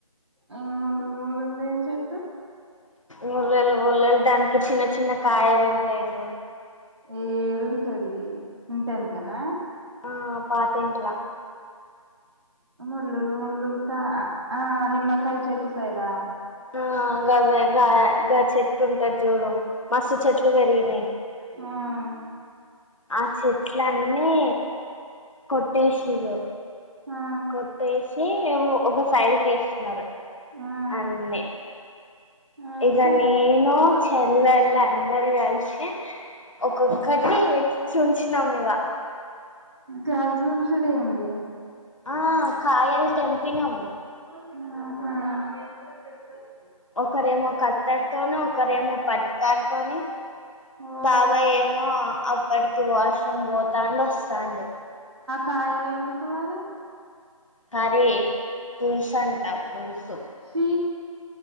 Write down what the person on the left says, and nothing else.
మొలలు మొలలు దాన్కి చిన్న చిన్న కాయలు ఉంటాయి జూడు
ఆ పాతింట్ల
ఆ గవె గా గ చెట్టు ఉంటది చూడు. మస్తు చెట్లు పెరిగినయి.
ఆ చెట్లన్ని కొట్టేసిర్రు
కొట్టేసి ఒక సైడ్కి వేసినరు
అన్నీ
ఇక నేను చెల్లెళ్ళందరు కలిసి ఒక్కొక్క టి చుంచినాం ఇగ
ఆ కాయలు తెంపినాం
ఒకరేమో కత్తెర్ తోని, ఒకరేమో పట్కారు తోని,
బాబాయ్ ఏమో, అప్ ప్పటికి వాష్రూమ్ పోతాండు వస్సాండు
కర్రీ పుల్సు అంటా పులుసు